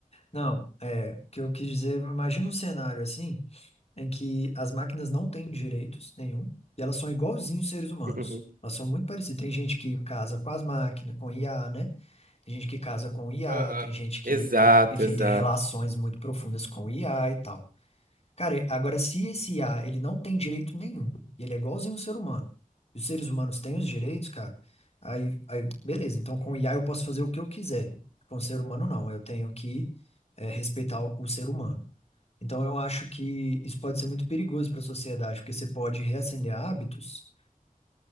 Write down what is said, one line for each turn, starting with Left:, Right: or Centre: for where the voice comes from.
Left: Não, é, o que eu quis dizer, imagina um cenário assim, em que as máquinas não têm direitos nenhum, e elas são igualzinhos seres humanos.
Right: Uhum.
Left: Elas são muito parecidas. Tem gente que casa com as máquinas, com IA, né? Tem gente que casa com IA,
Right: Aham.
Left: tem gente que,
Right: Exato,
Left: enfim,
Right: exato.
Left: tem relações muito profundas com IA e tal. Cara, agora se esse IA, ele não tem direito nenhum, e ele é igualzinho um ser humano, e os seres humanos têm os direitos, cara, aí, aí beleza, então com o IA eu posso fazer o que eu quiser, com o ser humano não, eu tenho que eh, respeitar o, o ser humano. Então eu acho que isso pode ser muito perigoso para a sociedade, porque você pode reacender hábitos